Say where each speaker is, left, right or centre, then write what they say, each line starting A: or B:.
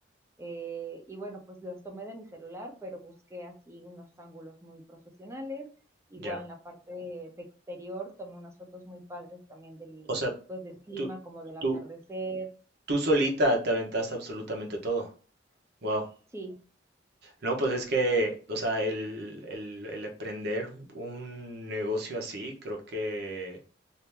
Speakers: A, on the right; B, on the right.
A: Eh, y bueno, pues las tomé de mi celular, pero busqué así unos ángulos muy profesionales. Igual
B: Ya.
A: en la parte de, de exterior tomé unas fotos muy padres también del,
B: O sea,
A: pues del clima,
B: tú,
A: como del atardecer.
B: tú, tú solita te aventaste absolutamente todo. Wow.
A: Sí,
B: No, pues es que, o sea, el, el, el emprender un negocio así, creo que,